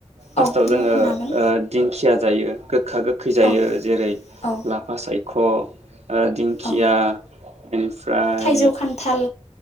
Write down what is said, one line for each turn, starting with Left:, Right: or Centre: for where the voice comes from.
Right: फास्टाव
Left: औ मुंख'नो
Right: जोङो
Left: हागोन
Right: ओ दिंखिया जायो गोखा गोखै जायो
Left: औ
Right: जेरै
Left: औ
Right: लाफा साइद ख ओ दिंखिया
Left: औ
Right: उम ओमफ्राय
Left: थाइजौ खान्थाल